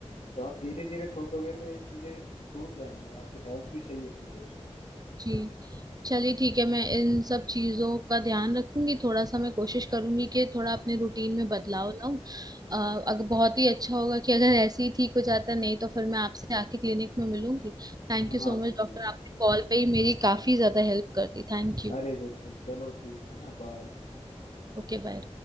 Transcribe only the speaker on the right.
जी चलिए ठीक है मैं इन सब चीजों का ध्यान रखूंगी थोड़ा सा मैं कोशिश करूंगी कि थोड़ा अपने रूटीन में बदलाव लाऊं अ, अगर बहुत ही अच्छा होगा कि अगर ऐसे ही ठीक हो जाता नहीं तो फिर मैं आपसे आके क्लिनिक में मिलूंगी Thank
you so
much doctor
आपने कॉल पे ही मेरी काफी ज्यादा हेल्प कर दी Thank you
ओके बाय